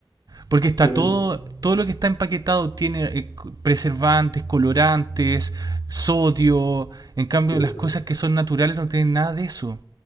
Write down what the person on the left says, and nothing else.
¿Qué hacen?
Es cierto,